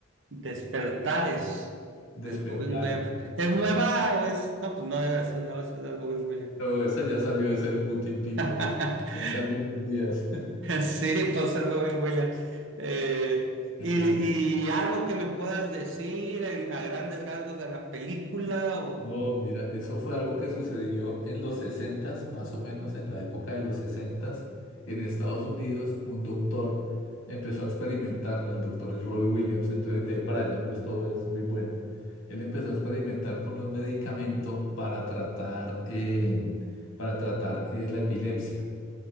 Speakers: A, on the right (about 65°); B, on the left (about 90°).
A: Despertares del
B: Despertares.
A: Robin Williams. ¿Es nueva o es? No, pues no debe ser nueva, si es del Robin Williams.
B: Pero esa ya salió hace algún tiempito,
A: <laughs>
B: hace algunos días.
A: Sí, pues el Robin Williams. Eh, y,
B: <laughs>
A: y algo que me puedas decir en- a grandes rasgos de la película o...
B: No, mira, eso fue algo que sucedió en los sesentas más o menos en la época de los sesentas en Estados Unidos, un doctor empezó a experimentar, ¿no? El doctor es Robbie Williams, entonces de ahí para allá pues todo es muy bueno. Él empezó a experimentar con un medicamento para tratar, em, para tratar eh, la epilepsia.